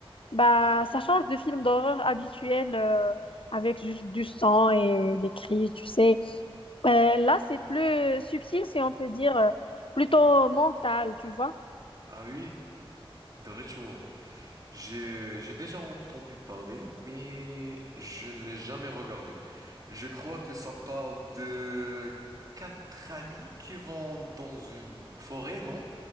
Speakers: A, on the left; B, on the right.
A: Bah, ça change de film d'horreur habituel euh, avec juste du sang et des cris, tu sais. Euh, là, c'est plus subtil, si on peut dire, euh, plutôt mental, tu vois.
B: Ah oui, The Ritual. J'ai, j'ai déjà entendu parler, mais je ne l'ai jamais regardé. Je crois que ça parle de quatre amis qui vont dans une forêt, non?